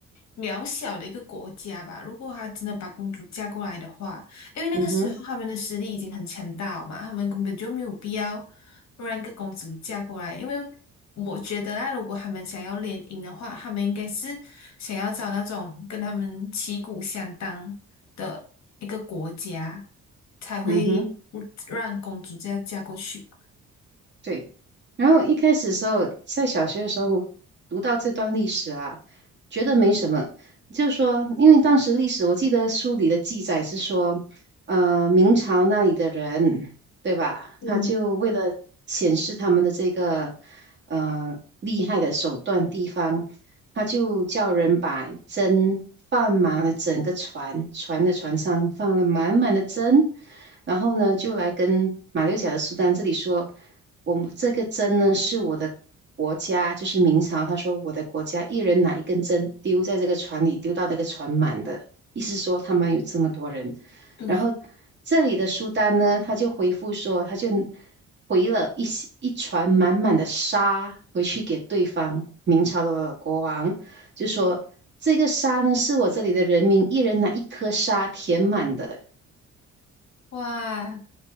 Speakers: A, on the left; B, on the right.
A: 渺小的一个国家吧。如果他真的把公主嫁过来的话，因为那个时候他们的实力已经很强大了嘛，
B: 嗯哼
A: 他们根本就没有必要让一个公主嫁过来。因为我觉得啦，如果他们想要联姻的话，他们应该是想要找那种跟他们旗鼓相当。的一个国家才会
B: 嗯哼。
A: 让公主这样嫁过去。
B: 对。然后一开始的时候，在小学的时候读到这段历史啊，觉得没什么，就是说，因为当时历史，我记得书里的记载是说，呃，明朝那里的人，对吧？
A: 嗯，
B: 他就为了显示他们的这个呃厉害的手段地方，他就叫人把针放满了整个船，船的船上放了满满的针，然后呢，就来跟马六甲的苏丹这里说。我们这个针呢是我的国家，就是明朝，他说我的国家一人拿一根针丢在这个船里，丢到那个船满的，意思说他们有这么多人。
A: 对，
B: 然后这里的苏丹呢，他就回复说，他就回了一些一船满满的沙回去给对方明朝的国王，就说这个沙呢是我这里的人民一人拿一颗沙填满的，
A: 哇，